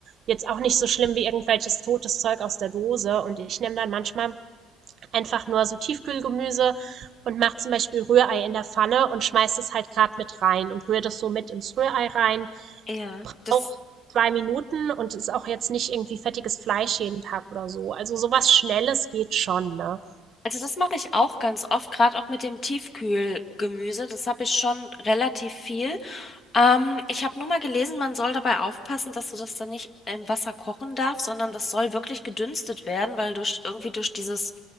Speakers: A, on the right; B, on the left.
A: jetzt auch nicht so schlimm wie irgendwelches totes Zeug aus der Dose. Und ich nehme dann manchmal einfach nur so Tiefkühlgemüse und mache zum Beispiel Rührei in der Pfanne und schmeiß es halt gerade mit rein und rühre das so mit ins Rührei rein.
B: Ja, das
A: Auch zwei Minuten und ist auch jetzt nicht irgendwie fettiges Fleisch jeden Tag oder so. Also sowas Schnelles geht schon, ne?
B: Also das mache ich auch ganz oft, gerade auch mit dem Tiefkühlgemüse. Das habe ich schon relativ viel. Ähm, ich habe nur mal gelesen, man soll dabei aufpassen, dass du das dann nicht im Wasser kochen darfst, sondern das soll wirklich gedünstet werden, weil durch irgendwie durch dieses